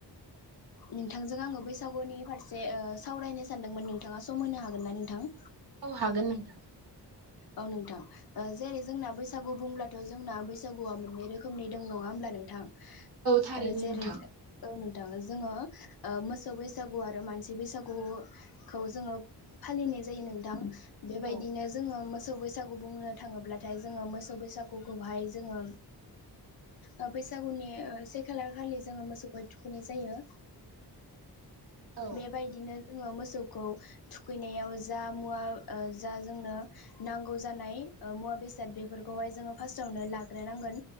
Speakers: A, on the left (about 60°); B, on the right (about 65°).
A: नोंथांजों आङो बैसागुनि फारसे सावरायनो सानदोंमोन नोंथाङा सम होनो हागोन ना नोंथां?
B: औ हागोन नोंथां।
A: औ नोंथां। ओ जेरै जोंना बैसागु बुंब्लाथ' जोंना बैसागुआ मोननै रोखोमनि दं नङा होमब्ला नोंथां
B: थारैनो
A: औ जेरै
B: नोंथां
A: औ नोंथाङा जोङो मोसौ बैसागु आरो मानसि बैसागु खौ जोङो फालिनाय जायो नोंथां बेबायदिनो
B: औ
A: ओ मोसौ बैसागु बुंनो थाङोब्लाथाय जोङो मोसौ बैसागुखौहाय जोङो ओ बैसागुनि ओ से खालार खालि जोङो मोसौखौहाय थुखुनाय जायो।
B: औ
A: बेबाय बिदिनो जोङो मोसौखौ थुखैनायाव जा मुवा जा जोंनो नांगौ जानाय मुवा बेसाद बेफोरखौहाय जोङो फार्स्टावनो लाग्रोनांगोन।